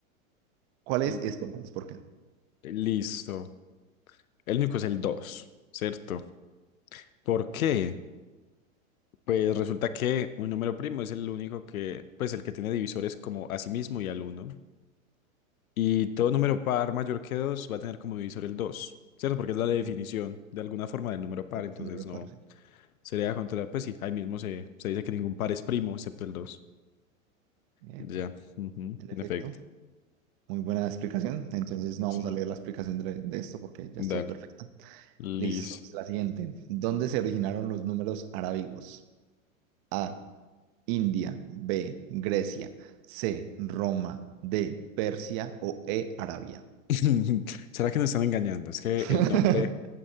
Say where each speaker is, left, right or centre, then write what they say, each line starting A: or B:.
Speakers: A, on the right; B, on the left.
A: ¿Cuál es?
B: L-
A: Y esto, pues ¿por qué?
B: Listo. El único es el 2, ¿cierto? ¿Por qué? Pues resulta que un número primo es el único que, pues el que tiene divisores como a sí mismo y al uno, Y todo número par mayor que 2 va a tener como divisor el 2, ¿cierto? Porque es la definición
A: Eh,
B: de alguna forma del número par, entonces
A: El número
B: no
A: par, sí.
B: sería contra, pues sí, ahí mismo se, se dice que ningún par es primo excepto el dos,
A: Epa.
B: Ya, ujú,
A: En
B: en
A: efecto.
B: efecto.
A: Muy buena explicación. Entonces no vamos
B: Sí.
A: a leer la explicación de, de esto porque ya
B: Dale,
A: estuvo perfecta.
B: listo.
A: Listo. La siguiente. ¿Dónde se originaron los números arábigos? A. India. B. Grecia. C. Roma. D. Persia o E. Arabia.
B: <laughs> ¿Será que nos están engañando? Es que
A: <laughs>
B: el nombre,